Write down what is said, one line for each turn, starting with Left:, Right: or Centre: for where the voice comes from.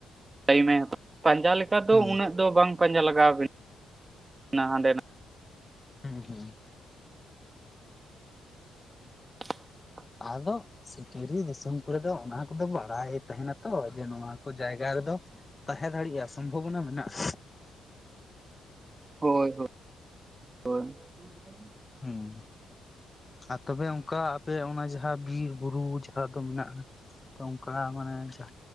Right: ᱴᱟᱭᱤᱢ ᱮ ᱦᱟᱛ ᱯᱟᱸᱡᱟ ᱞᱮᱠᱟ ᱫᱚ
Left: ᱦᱩᱸ
Right: ᱩᱱᱟᱹᱜ ᱫᱚ ᱵᱟᱝ ᱯᱟᱸᱡᱟ ᱞᱟᱜᱟᱣ ᱵᱤᱱ ᱚᱱᱟ ᱦᱟᱸᱰᱮ ᱱᱟ
Left: ᱦᱩᱸ, ᱦᱩᱸ᱾
Right: <inaudible>
Left: ᱟᱫᱚ, ᱥᱤᱠᱟᱹᱨᱤ ᱫᱤᱥᱚᱢ ᱠᱚᱨᱮ ᱫᱚ, ᱚᱱᱟ ᱠᱚᱫᱚ ᱵᱟᱲᱟᱭ ᱛᱟᱦᱮᱱᱟ ᱛᱚ, ᱡᱮ ᱱᱚᱣᱟ ᱠᱚ ᱡᱟᱭᱜᱟ ᱨᱮᱫᱚ᱾ ᱛᱟᱦᱮᱸ ᱫᱟᱲᱮᱭᱟᱜᱼᱟ, ᱥᱚᱢᱵᱷᱚᱵᱚᱱᱟ ᱢᱮᱱᱟᱜᱼᱟ᱾
Right: ᱦᱳᱭ, ᱦᱳᱭ ᱦᱳᱭ᱾ <inaudible> <unintelligible>
Left: ᱦᱩᱸ ᱟᱨ ᱛᱚᱵᱮ ᱚᱝᱠᱟ, ᱟᱯᱮ ᱚᱱᱟ ᱡᱟᱦᱟᱸ ᱵᱤᱨ ᱵᱩᱨᱩ ᱫᱟ‌ᱜ ᱫᱚ ᱢᱮᱱᱟᱜᱼᱟ, ᱛᱚ ᱚᱝᱠᱟ ᱢᱟᱱᱮ ᱡᱟ